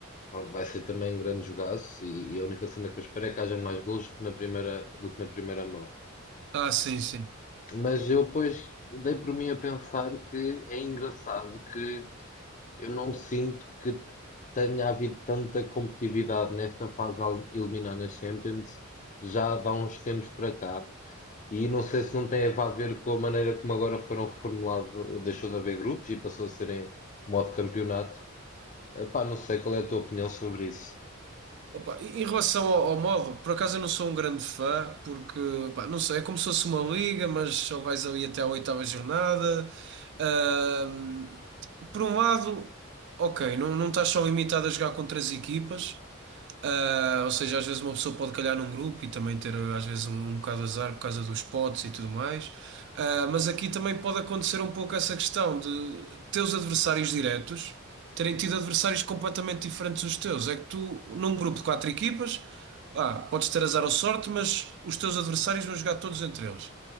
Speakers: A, on the left; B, on the right.
A: va- vai ser também um grande jogaço e, e a única cena que eu espero é que haja mais golos que na primeira, do que na primeira mão.
B: Ah, sim, sim.
A: Mas eu depois dei por mim a pensar que é engraçado que eu não sinto que t- tenha havido tanta competitividade nesta fase a eliminar nas Champions já de há uns tempos para cá. E não sei se não tem a ver com a maneira como agora foram reformulados, deixou de haver grupos e passou a serem modo campeonato. Epá, não sei qual é a tua opinião sobre isso.
B: Opa, e- em relação ao, ao modo, por acaso eu não sou um grande fã, porque, pá, não sei, é como se fosse uma liga, mas só vais ali até à oitava jornada. Ahm, por um lado, ok, não, não estás só limitado a jogar contra as equipas, ah, ou seja, às vezes uma pessoa pode calhar num grupo e também ter às vezes um, um bocado de azar por causa dos potes e tudo mais. Ah, mas aqui também pode acontecer um pouco essa questão de teus adversários diretos terem tido adversários completamente diferentes dos teus. É que tu, num grupo de quatro equipas, ah, podes ter azar ou sorte, mas os teus adversários vão jogar todos entre eles.